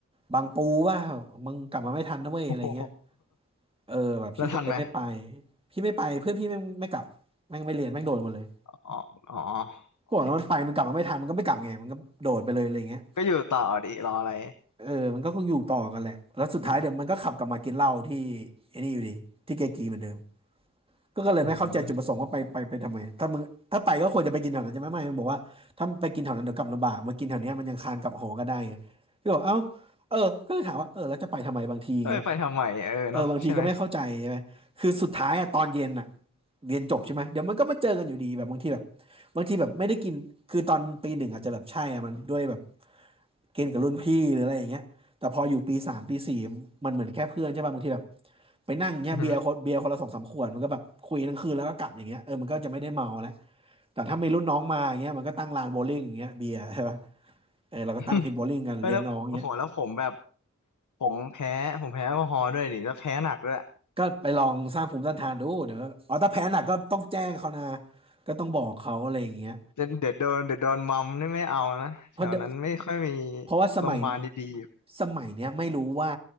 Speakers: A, on the right; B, on the left.
A: บางปูว่ามึงกลับมาไม่ทันนะเว้ยอะไรเงี้ย
B: โอ้โห
A: เออแบบพี่ก็เลยไม่ไป
B: <laughs> แล้วทันไหม
A: พี่ไม่ไปเพื่อนพี่ไม่งไม่กลับแม่งไม่เรียนแม่งโดนหมดเลย
B: อ๋ออ๋อโอเค
A: ก่อนแล้วมันไปมันกลับมาไม่ทันมันก็ไม่กลับไงมันก็โดดไปเลยอะไรเงี้ย
B: ก็อยู่ต่อดิรออะไร
A: เออมันก็คงอยู่ต่อกันแหละแล้วสุดท้ายเดี๋ยวมันก็ขับกลับมากินเหล้าที่ไอ้นี่อยู่ดีที่เกกีเหมือนเดิมก็ก็เลยไม่เข้าใจจุดประสงค์ว่าไปไปไปทำไมถ้ามึงถ้าไปก็ควรจะไปกินแถวนั้นใช่ไหมไม่มันบอกว่าถ้าไปกินแถวนั้นเดี๋ยวกลับลำบากมากินแถวเนี้ยมันยังคานกลับหอก็ได้ไงก็บอกเอ้า
B: อืม
A: เออก็เลยถามว่าเออแล้วจะไปทำไมบางทีอย่างเงี้ย
B: เอ้ยไปทำไมเออเนาะใช่ไหม
A: เออบางทีก็ไม่เข้าใจใช่ไหมคือสุดท้ายอะตอนเย็นอะเรียนจบใช่ไหมเดี๋ยวมันก็มาเจอกันอยู่ดีแบบบางทีแบบบางทีแบบไม่ได้กินคือตอนปีหนึ่งอาจจะแบบใช่อะมันด้วยแบบเกณฑ์กับรุ่นพี่หรืออะไรอย่างเงี้ยแต่พออยู่ปีสามปีสี่มันเหมือนแค่เพื่อนใช่ป่ะบางทีแบบไปนั่งเงี้ยเบียร์คนเบียร์คนละสองสามขวดมันก็แบบคุยทั้งคืนแล้วก็กลับอย่างเงี้ยเออมันก็จะไม่ได้เมาแล้ว
B: อือฮึ
A: แต่ถ้ามีรุ่นน้องมาอย่างเงี้ยมันก็ตั้งลานโบว์ลิ่งอย่างเงี้ยเบียร์ใช่ป่ะเออเราก็ตั้งพินโบว์ลิ่งกันเลี้ยงน้องเงี้ย
B: <laughs> เอ้ยแล้วโอ้โหแล้วผมแบบผมแพ้ผมแพ้แอลกอฮอล์ด้วยดิแล้วแพ้หนักด้วย
A: ก็ไปลองสร้างภูมิต้านทานดูเดี๋ยวอ๋อถ้าแพ้หนักก็ต้องแจ้งเขานะก็ต้องบอกเขาอะไรอย่างเงี้ย
B: เดี๋ยวเดี๋ยวโดนเดี๋ยวโดนมัมนี่ไม่เอานะแถวนั้นไม่ค่อยมี
A: เพราะเดี๋ยวเพราะว่าสมัย
B: โรงพยาบาลดีๆอยู่
A: สมัยเนี้ยไม่รู้ว่า